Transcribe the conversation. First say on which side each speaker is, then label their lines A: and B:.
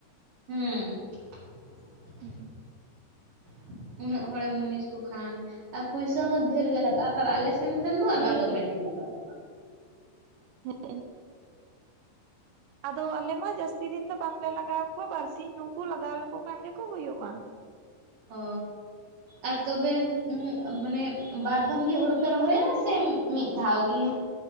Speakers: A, on the right; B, on the right.
A: ᱦᱩᱸ ᱾
B: ᱦᱮᱸ
A: ᱩᱱᱟᱹᱜ ᱦᱚᱲᱮᱢ ᱢᱩᱱᱤᱥ ᱠᱚ ᱠᱷᱟᱱ, ᱟᱨ ᱯᱩᱭᱥᱟ ᱦᱚᱸ ᱰᱷᱮᱨ ᱜᱮ ᱞᱟᱜᱟᱜᱼᱟ, ᱟᱵᱟᱨ ᱟᱞᱮ ᱥᱮᱱ ᱠᱷᱟᱱ ᱫᱚ ᱟᱵᱟᱨ
B: ᱦᱮᱸ
A: ᱫᱚᱢᱮ ᱰᱷᱮᱨ ᱞᱟᱜᱟᱜᱼᱟ ᱾
B: ᱦᱮᱸ, ᱟᱫᱚ ᱟᱞᱮ ᱢᱟ ᱡᱟᱹᱥ ᱛᱤ ᱫᱤᱱ ᱫᱚ ᱵᱟᱝᱞᱮ ᱞᱟᱜᱟᱣ ᱠᱚᱣᱟ, ᱵᱟᱨᱥᱤ ᱱᱩᱠᱩ ᱞᱟᱜᱟᱣ ᱞᱮᱠᱚ ᱠᱷᱟᱱ ᱜᱮᱠᱚ ᱦᱩᱭᱩᱜᱼᱟ ᱾
A: ᱚ ᱟᱨ ᱛᱚᱵᱮ ᱩ ᱢᱟᱱᱮ ᱵᱟᱨᱫᱚᱢ ᱜᱮ ᱦᱩᱲᱩ ᱯᱮ ᱨᱚᱦᱚᱭᱟ, ᱥᱮ ᱢᱤᱫ ᱫᱷᱟᱣ ᱜᱮ ᱾